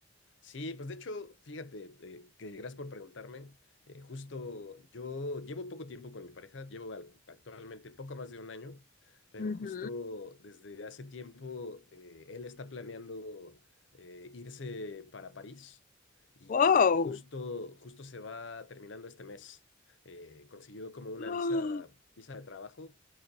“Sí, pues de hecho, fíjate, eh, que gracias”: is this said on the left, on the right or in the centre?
Left